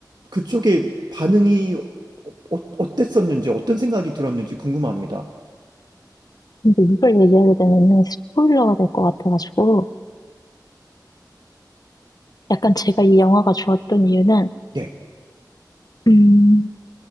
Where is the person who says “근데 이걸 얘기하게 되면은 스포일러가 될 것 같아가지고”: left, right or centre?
Left